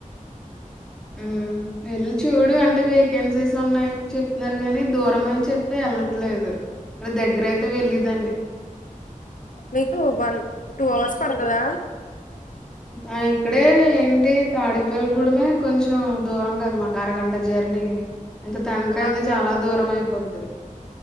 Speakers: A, in the centre; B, on the left (about 70°).
A: మ్ వెళ్ళి చూడు అంటే వేకెన్సీస్ ఉన్నాయి అని చెప్తున్నర్ గాని దూరం అని చెప్పి ఎళ్ళట్లేదు. ఇక్కడ దగ్గరయితే వెళ్ళేదాన్ని
B: మీకు వన్ టూ అవర్స్ పడతదా
A: ఆ ఇక్కడే ఏంటి తాడేపల్లి గూడమే కొంచం దూరం కదా మాకు అరగంట జర్నీ ఇంకా తనకయితే
B: అక్కడ
A: చాలా దూరం అయిపోద్ది